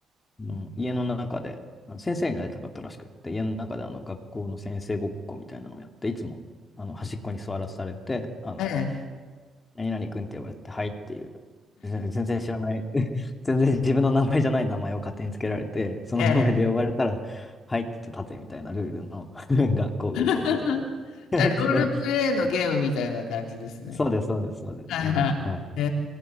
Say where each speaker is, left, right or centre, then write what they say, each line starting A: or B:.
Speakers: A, on the left; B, on the left.
A: の家の中で、あの先生になりたかったらしくって、家の中であの学校の先生ごっこみたいなのをやって、いつもあの端っこに座らされて、あの、
B: ええ、
A: 何々くんって呼ばれて、はいっていう、全全然知らない、<laughs> 全然自分の名前じゃない名前を勝手につけられて、その名前で呼ばれたら、
B: ええ。
A: はいって言って立てみたいなルールの <laughs> 学校ごっこみたいなやつで、
B: <laughs> ロールプレイのゲームみたいな感じですね。
A: うんそうです、そうです、そうです、
B: はいはい。
A: それを、はい。
B: え